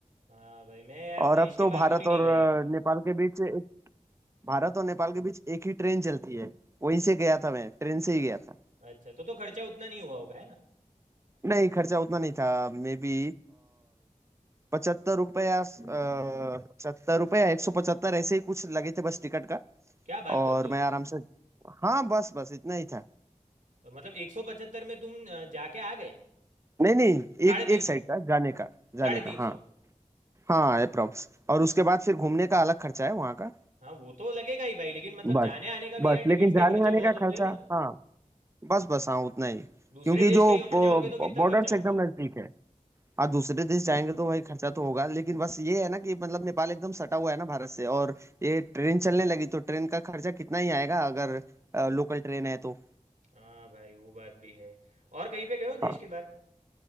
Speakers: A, on the right; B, on the right.
A: हाँ भाई मैं यार
B: और
A: देश
B: अब
A: के
B: तो
A: बाहर
B: भारत
A: कभी नहीं
B: और
A: गया
B: अ,
A: हूँ
B: नेपाल के बीच एक भारत और नेपाल के बीच एक ही ट्रेन चलती है वहीं से गया था मैं ट्रेन से ही गया था
A: अच्छा तो तो खर्चा उतना नहीं हुआ होगा है ना
B: नहीं खर्चा उतना नहीं था मे बी पचहत्तर रुपया पचहत्तर रुपया एक सौ पचहत्तर ऐसे ही कुछ लगे थे बस टिकट का
A: क्या बात
B: और
A: करते हो
B: मैं आराम से हाँ बस बस इतना ही था
A: तो मतलब 175 में तुम अ, जाके आ गए
B: नहीं नहीं
A: साढ़े
B: एक
A: तीन
B: एक साइड
A: सौ
B: का जाने का जाने
A: साढ़े
B: का
A: तीन
B: हाँ
A: सौ
B: हाँ अप्रोक्स और उसके बाद फिर घूमने का अलग खर्चा है वहाँ का
A: हाँ वो तो लगेगा ही भाई लेकिन मतलब
B: बस
A: जाने आने का भी
B: बस
A: यार
B: लेकिन
A: टिकट्स
B: जाने
A: के खर्चे
B: आने
A: बहुत
B: का
A: होते
B: खर्चा
A: हैं ना
B: हाँ बस बस हाँ उतना ही
A: दूसरे
B: क्योंकि
A: देश
B: जो
A: कहीं और
B: बॉर्डर
A: जाओगे तो कितना खर्चा
B: से
A: होगा
B: एकदम नजदीक है हाँ दूसरे देश जाएंगे तो भाई खर्चा तो होगा लेकिन बस ये है ना कि मतलब नेपाल एकदम सटा हुआ है ना भारत से और ये ट्रेन चलने लगी तो ट्रेन का खर्चा कितना ही आएगा अगर लोकल ट्रेन है तो
A: हाँ भाई वो बात भी है और कहीं पे गए हो देश
B: हाँ
A: के बाहर